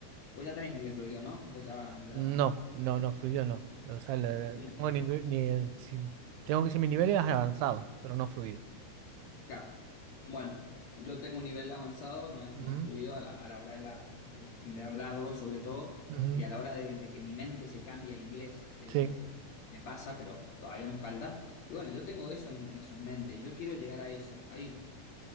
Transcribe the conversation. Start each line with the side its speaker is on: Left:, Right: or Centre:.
Left: Vos ya tenés inglés fluido, ¿no? Vos ya, ya...
Right: No, no, no, fluido no. O sea, la-
Left: Mm,
Right: tengo ningú- ni, si- tengo que decir mi nivel es avanzado, pero no fluido.
Left: claro. Bueno, yo tengo un nivel avanzado, no es, no
Right: Ujú,
Left: es fluido a la, a la hora de, la, de, de hablarlo, sobre todo,
Right: ujú,
Left: y a la hora de, de que mi mente se cambie a inglés. eh,
Right: Sí,
Left: me pasa, pero todavía me falta. Y bueno, yo tengo eso en, eso en mente y yo quiero llegar a eso. Ahí.